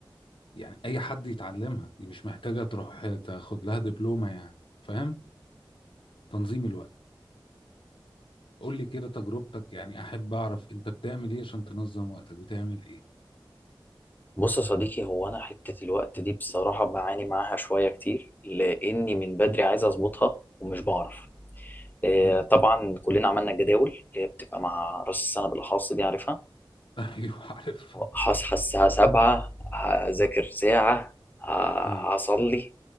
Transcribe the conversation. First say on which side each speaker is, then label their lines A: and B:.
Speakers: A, on the left (about 75°); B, on the left (about 20°).
A: يعني اي حد يتعلمها دي مش محتاجة تروح تاخد لها دبلومة يعني فاهم تنظيم الوقت قول لي كده تجربتك يعني احب اعرف انت بتعمل ايه عشان تنظم وقتك بتعمل ايه
B: بص يا صديقي هو انا حتة الوقت دي بصراحة بعاني معاها شوية كتير لاني من بدري عايز اظبطها ومش بعرف آه،
A: امم
B: طبعا كلنا عملنا الجداول اللي هي بتبقى مع راس السنة بالاخص دي عارفها
A: <laughs> ايوه عارف
B: هصحى الساعة سبعة هذاكر ساعة ه-
A: اه
B: هصلي